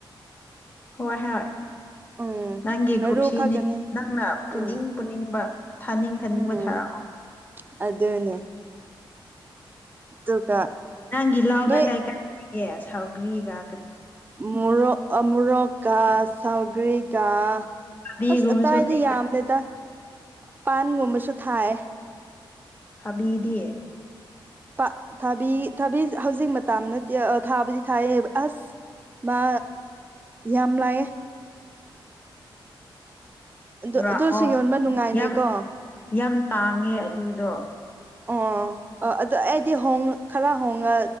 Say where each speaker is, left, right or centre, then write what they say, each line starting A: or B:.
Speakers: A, on the left; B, on the right.
A: ꯍꯣꯏ ꯍꯣꯏ
B: ꯎꯝ
A: ꯅꯪꯒꯤ
B: ꯃꯔꯨ
A: ꯀꯨꯁꯤꯅꯤ
B: ꯈꯛꯇꯅꯤ
A: ꯅꯪꯅ ꯄꯨꯅꯤꯡ
B: ꯎꯝ
A: ꯄꯨꯅꯤꯡꯕ ꯊꯥꯅꯤꯡ ꯊꯥꯅꯤꯡꯕ
B: ꯎꯝ
A: ꯊꯥꯔꯛꯑꯣ
B: ꯑꯗꯨꯅꯦ <inaudible>
A: ꯅꯪꯒꯤ ꯂꯥꯎꯗ
B: ꯅꯣꯏ
A: ꯀꯩꯀꯥꯑꯦ ꯁꯥꯎꯒ꯭ꯔꯤꯒ
B: ꯃꯨꯔꯣꯛ ꯃꯨꯔꯣꯛꯀ ꯁꯧꯒ꯭ꯔꯤꯒꯥ
A: ꯊꯕꯤꯒꯨꯝꯕꯁꯨ
B: ꯑꯁ ꯑꯇꯥꯏꯗ
A: ꯂꯩ,
B: ꯌꯥꯝꯂꯦꯗ ꯄꯥꯟꯒꯨꯝꯕꯁꯨ ꯊꯥꯌꯦ
A: ꯊꯥꯕꯤꯗꯤ
B: ꯊꯥ ꯊꯥꯕꯤ ꯊꯥꯕꯤ ꯍꯧꯖꯤꯛ ꯃꯇꯝ ꯅꯠꯇꯤꯌꯦ ꯊꯥꯕꯨꯗꯤ ꯊꯥꯌꯦ ꯑꯁ ꯃꯥ ꯌꯥꯝ ꯂꯥꯛꯑꯦ ꯑꯗꯨ
A: ꯄꯨꯔꯛꯑꯣ
B: ꯑꯗꯨꯁꯨ ꯌꯣꯟꯕ ꯅꯨꯡꯉꯥꯏꯅꯤꯀꯣ
A: ꯌꯥꯝ ꯌꯥꯝ ꯇꯥꯡꯉꯦ ꯑꯗꯨꯗꯣ
B: ꯑꯣ ꯑ ꯑꯗꯨꯗꯣ ꯑꯩꯗꯤ ꯍꯣꯡ ꯈꯔ ꯍꯣꯡꯉ